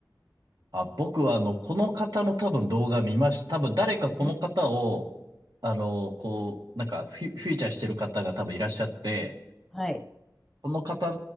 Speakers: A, on the right; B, in the centre.
A: あ、僕はあの、この方の多分動画見ました。多分誰かこの方を、
B: 見ました
A: あの、こう、なんかフィ、フィーチャーしてる方が多分いらっしゃって、
B: はい。
A: この方